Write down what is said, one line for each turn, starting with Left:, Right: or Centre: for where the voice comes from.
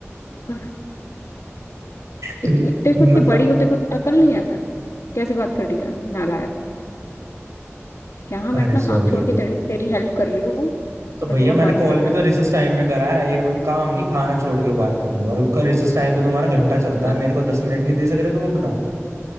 Left: कर
Right: तो
Left: इतनी तेरे को इतनी
Right: मतलब
Left: बड़ी हो तेरे को अकल नहीं है कैसे बात कर रही है नालायक यहाँ मैं
Right: अरे
Left: अपना
Right: सॉरी
Left: काम छोड़ के तेरी, तेरी हेल्प कर रही हूँ
Right: तो भैया
Left: और तू बकवास
Right: मैंने कॉल
Left: कर रहा
Right: भी तो
Left: है
Right: रिसेस टाइम में करा है ये बोलो काम नहीं खाना छोड़ के बात कर रही हूँ और उसका रिसेस टाइम तो तुम्हारा
Left: तो
Right: घंटा चलता
Left: अब
Right: है मेरे को दस मिनट नहीं दे सक रहे तुम अपना